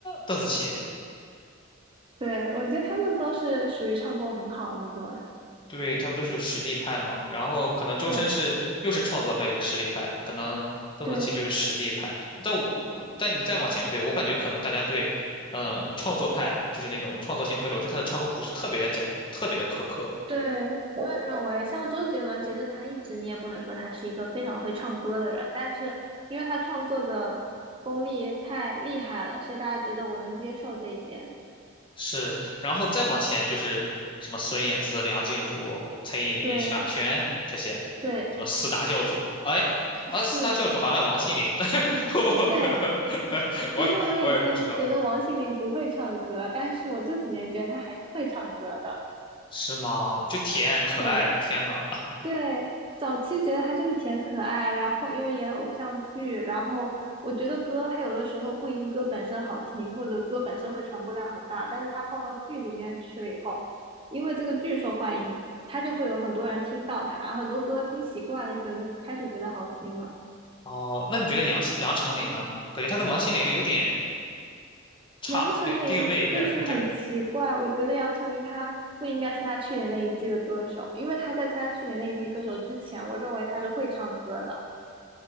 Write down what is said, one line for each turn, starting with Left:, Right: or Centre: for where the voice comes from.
Left: 邓紫棋。
Right: 对，我觉得他们都是属于唱功很好的那种人。
Left: 对，他们都是实力派嘛，然后可能周深是又是创作派又是实力派，
Right: 对
Left: 可能邓紫棋就是实力派。
Right: 对。
Left: 但我我但你再往前推，我感觉可能大家对，嗯，创作派就是那种创作型歌手对他的唱功不是特别的讲，特别的苛刻。
Right: 对，我也认为，像周杰伦，其实他一直你也不能说他是一个非常会唱歌的人，但是因为他创作的功力太厉害了，所以大家觉得我能接受这一点。
Left: 是，然后再往前就是什么孙燕姿、梁静茹、蔡依林、
Right: 对
Left: 萧亚轩这些，
Right: 对，
Left: 什么四大教主，哎。啊，
Right: 是，
Left: 四大教主好像还有王心凌，但是 <laughs>
Right: 对。
Left: 我 <laughs>
Right: 其实我以前觉得王心凌不会唱歌，
Left: 我我也不知道。
Right: 但是我这几年觉得她还是会唱歌的。
Left: 是吗？就甜可爱，
Right: 对，
Left: 天呐！
Right: 对，早期觉得他就是挺可爱，然后因为演偶像剧，然后我觉得歌他有的时候不一定歌本身好听，或者歌本身会传播量很大，但是他放到剧里面去了以后，因为这个剧受欢迎，他就会有很多人听到他，很多歌听习惯了，你可能就开始觉得好听了。
Left: 哦，那你觉得杨希杨丞琳呢？感觉她跟王心凌有点差，
Right: 杨丞琳就是很奇怪，
Left: 有定位有点有点
Right: 我觉得杨丞琳她不应该参加去年那一季的歌手，因为她在参加去年那一季歌手之前，我认为她是会唱歌的。